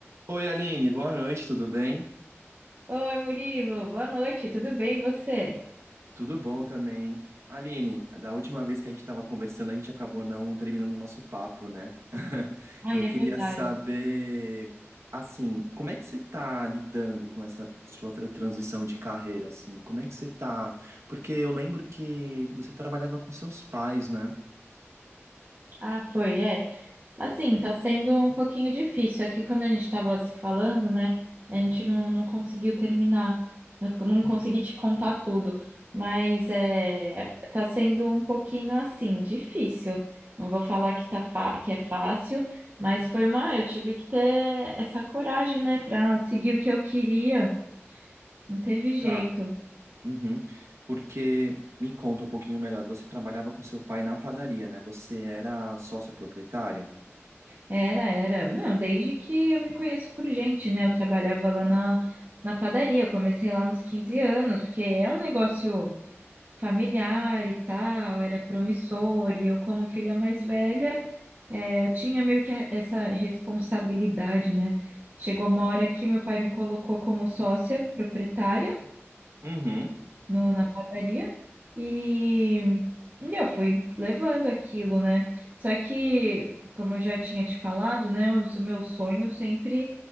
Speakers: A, on the right (about 75°); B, on the right (about 45°).
A: Oi, Aline, boa noite, tudo bem?
B: Oi, Murilo, boa noite, tudo bem e você?
A: Tudo bom também. Aline, da última vez que a gente estava conversando, a gente acabou não terminando o nosso papo, né? <laughs>
B: Ai,
A: Eu queria
B: é verdade.
A: saber, assim, como é que você está lidando com essa sua tra- transição de carreira, assim? Como é que você tá? Porque eu lembro que você trabalhava com seus pais, né?
B: Ah, foi, é. Assim, tá sendo um pouquinho difícil. Aqui, quando a gente tava se falando, né, a gente não, não conseguiu terminar, eu não consegui te contar tudo, mas é, tá sendo um pouquinho assim, difícil. Não vou falar que, tá fa- que é fácil, mas foi uma. Eu tive que ter essa coragem, né, pra seguir o que eu queria, não teve jeito.
A: Tá. Uhum. Porque me conta um pouquinho melhor, você trabalhava com seu pai na padaria, né? Você era sócia proprietária?
B: Era, era. Não, desde que eu me conheço por gente, né? Eu trabalhava lá na, na padaria, eu comecei lá nos 15 anos, porque é um negócio familiar e tal, era promissor, e eu, como filha mais velha, é, eu tinha meio que essa responsabilidade, né? Chegou uma hora que meu pai me colocou como sócia proprietária
A: Uhum.
B: no- na padaria e eu fui levando aquilo, né? Só que, como eu já tinha te falado, né? O meu sonho sempre